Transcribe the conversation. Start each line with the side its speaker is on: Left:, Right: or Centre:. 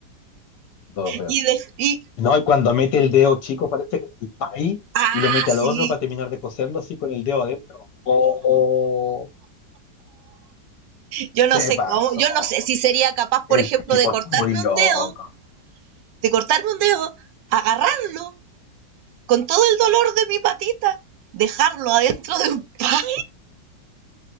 Left: dos dedos.
Right: y, de, y
Left: No, y cuando mete el dedo chico, parece como el pay,
Right: ah
Left: y lo mete al
Right: sí
Left: horno para terminar de cocerlo así con el dedo adentro. Oh,
Right: yo no
Left: se
Right: sé
Left: pasó.
Right: cómo yo no sé si sería capaz por
Left: El
Right: ejemplo
Left: tipo
Right: de cortarme
Left: está muy loco,
Right: un dedo de cortarme un dedo agarrarlo con todo el dolor de mi patita dejarlo adentro de un <laughs> pan